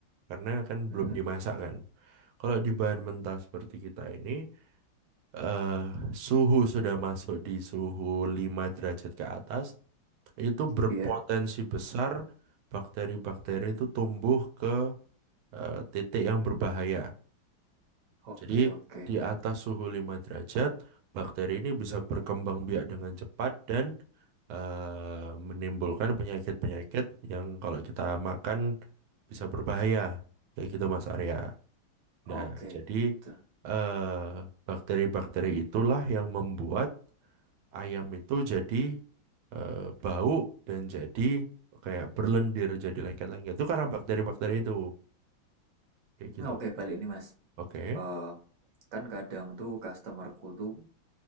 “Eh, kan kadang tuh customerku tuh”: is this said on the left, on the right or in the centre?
Right